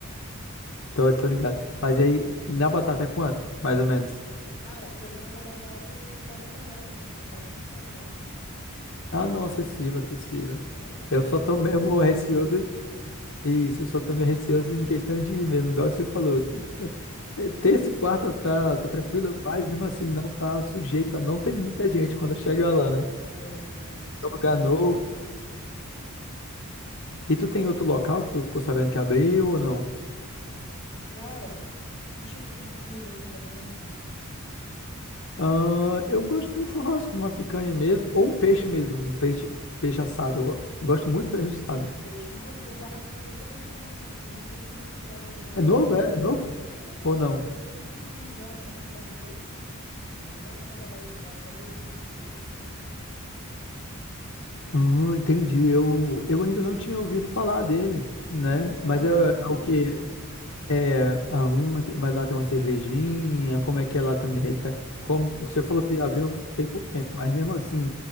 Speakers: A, on the left (about 55°); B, on the left (about 30°).
A: Tô, tô ligado. Mas aí, na batata é quanto? Mais ou menos.
B: Cara, a porção da batata é 40 reais, mano, vem bastante batata.
A: Ah, não, acessível, acessível.
B: É,
A: Eu só
B: tu
A: tô
B: gosta
A: mesmo
B: da cervejinha?
A: receoso. Isso, eu só tô meio receoso em questão de ir mesmo, igual você falou. Que te- terça e quarta tá, tá tranquilo, mas mesmo assim não tá sujeito a não ter muita gente quando chegar lá, né?
B: É, mano, esse,
A: É um lugar
B: esse
A: novo.
B: negócio tá embaçado.
A: E tu tem outro local que tu ficou sabendo que abriu ou não?
B: Cara, que tipo de comida assim, mais ou menos, mano?
A: Ah, eu gosto de um churrasco, uma picanha mesmo, ou um peixe mesmo, um peixe, peixe assado. Eu, go- eu gosto muito de
B: Peixe,
A: peixe assado.
B: peixe. Mano, tem o barracão do Jair lá, mano. Tem um tempinho que tá aberto
A: É
B: já.
A: novo, é? É novo?
B: Não,
A: Ou não?
B: não, tem um tempinho já, mano, que abriu, pô. Tá bem bacana lá o espaço. É rodízio de peixe, pô.
A: Hum, entendi. Eu, eu ainda não tinha ouvido falar dele, né?
B: É,
A: Mas
B: é na beira
A: é, é
B: do rio,
A: o que
B: mano.
A: é, ah, hum, mas lá tem uma cervejinha, como é que é lá também? Ele tá- como você falou que abriu tem pouco tempo, mas mesmo assim,